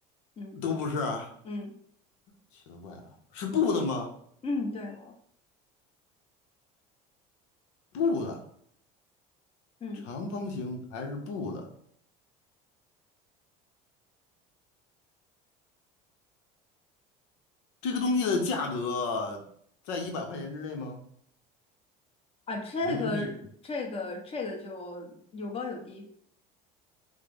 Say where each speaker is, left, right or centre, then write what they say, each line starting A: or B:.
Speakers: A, on the left (about 30°); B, on the left (about 80°).
A: 嗯
B: 都不是啊
A: 嗯
B: 奇了怪了，是布的吗？
A: 嗯，对，
B: 布的，
A: 嗯
B: 长方形还是布的？这个东西的价格在一百块钱之内吗？
A: 啊，这个这个这个就有高有低。
B: 人民币